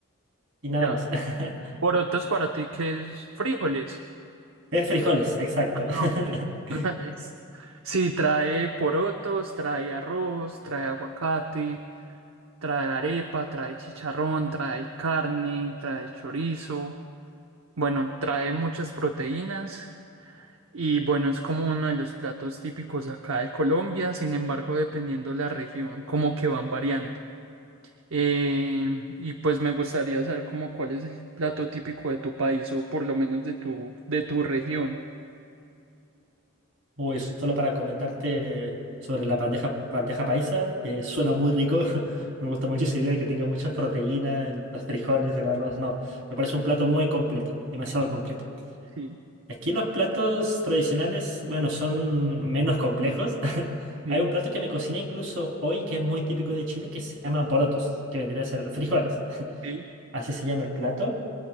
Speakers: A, on the right (about 70°); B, on the right (about 80°).
A: y nada
B: Ya,
A: más. <laughs>
B: porotos para ti que es frijoles.
A: Es frijoles, exacto.
B: Ah, ok.
A: <laughs>
B: <laughs> Sí, trae porotos, trae arroz, trae aguacate. Trae arepa, trae chicharrón, trae carne, trae chorizo. Bueno, trae muchas proteínas y bueno, es como uno de los platos típicos acá de Colombia, sin embargo, dependiendo la región, como que van variando. Eh, y pues me gustaría saber como cuál es el plato típico de tu país o por lo menos de tu, de tu región.
A: Uy, solo para comentarte sobre la bandeja, bandeja paisa, eh, suena
B: Sí,
A: muy rico. <laughs> Me gusta mucho esa idea de que tenga muchas proteínas, el- los frijoles, el arroz. No, me parece un plato muy completo, demasiado completo.
B: Sí.
A: Aquí los platos tradicionales, bueno, son menos complejos. <laughs>
B: sí,
A: Hay un plato que me cociné incluso hoy que es muy típico de Chile que se llaman porotos, que vendría a ser frijoles. <laughs>
B: sí,
A: Así se llama el plato.